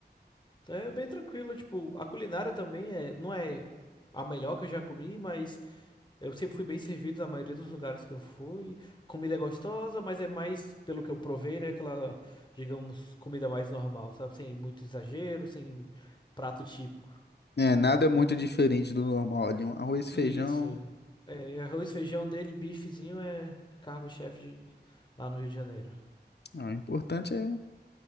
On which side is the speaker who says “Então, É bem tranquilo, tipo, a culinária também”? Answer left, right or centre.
Left